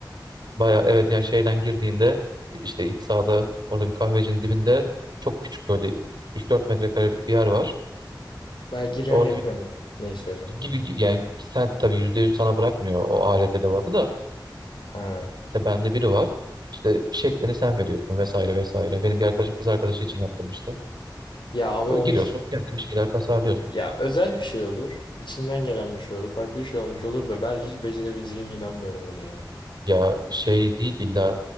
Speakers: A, on the right (about 60°); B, on the left (about 75°).
A: Baya evet yani şeyden girdiğinde işte ilk sağda orada bir kahvecinin dibinde çok küçük böyle üç dört metrekarelik bir yer var.
B: Baya giriyorsun
A: Orada
B: yapıyorsun
A: bir
B: ne istiyorsan.
A: gibi yani sen tabii %100 sana bırakmıyor o alet edevatı da
B: Ha.
A: tepende biri var. İşte şeklini sen veriyorsun vesaire vesaire. Benim bir arkadaşım kız arkadaşı için yaptırmıştı.
B: Ya ama
A: Böyle
B: onu
A: giriyorsun,
B: hiç
A: kendin bir şeyler tasarlıyorsun.
B: ya özel bir şey olur. İçinden gelen bir şey olur. Farklı bir şey olmuş olur da ben hiç becerebileceğime inanmıyorum onu ya.
A: Ya şey değil illa